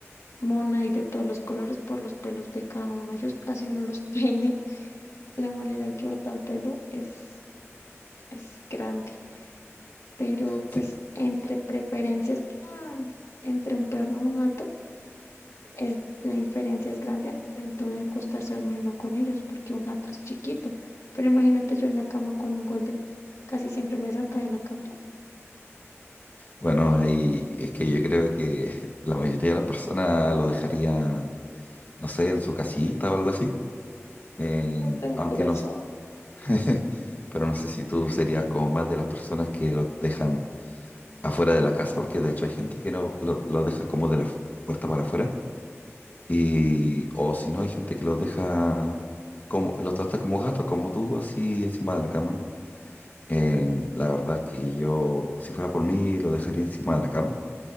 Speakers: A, on the left; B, on the left.
A: mona y de todos los colores por los pelos de cada uno. Ellos, así uno los <laughs> peine, la manera en que va tan pelo es, es grande. Pero
B: sí.
A: pues entre preferencias para- entre un perro y un gato, es, la diferencia es grande al momento de acostarse a dormir uno con ellos, porque un gato es chiquito. Pero imagínate yo en la cama con un golden, casi siempre me saca de la cama.
B: Bueno, ahí es que yo creo que <laughs> la mayoría de las personas lo dejarían, no sé, en su casita o algo así. Eh,
A: No tengo
B: aunque
A: corazón.
B: no, s- <laughs> pero no sé si tú serías como más de las personas que lo dejan afuera de la casa, porque de hecho hay gente que no lo, lo deja como de la f- puerta para afuera Y, o si no, hay gente que los deja, como, los trata como gatos, como tú, así encima de la cama. Eh, la verdad es que yo, si fuera por mí, lo dejaría encima de la cama.